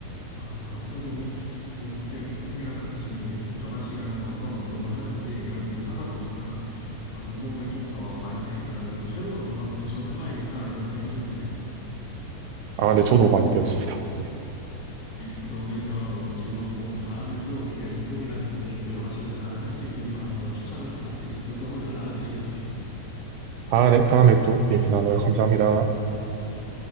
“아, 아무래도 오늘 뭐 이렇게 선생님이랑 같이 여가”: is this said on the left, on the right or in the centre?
Left